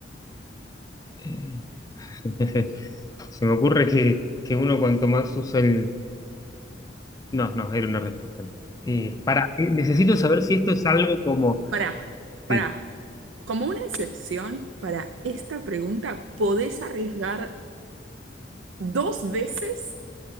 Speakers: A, on the left; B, on the right.
A: Eh, <laughs> se me ocurre que, que uno cuanto más usa el... No, no, era una respuesta. no. Eh, pará, eh, necesito saber si esto es algo como...
B: Pará,
A: Sí.
B: pará. Como una excepción para esta pregunta, podés arriesgar dos veces,